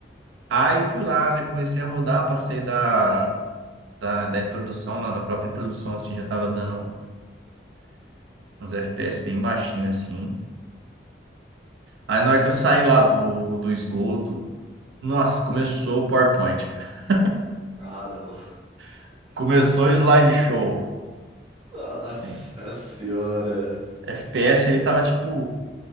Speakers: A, on the right; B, on the right.
A: Aí fui lá, né? Comecei a rodar, passei da, da, da introdução, na na própria introdução, assim, já tava dando. uns FPS bem baixinho assim. Aí na hora que eu saí lá do, do esgoto, nossa, começou o PowerPoint, cara.
B: Ah, não.
A: <laughs> Começou o slideshow.
B: Nossa
A: Sim.
B: senhora.
A: FPS ali tava tipo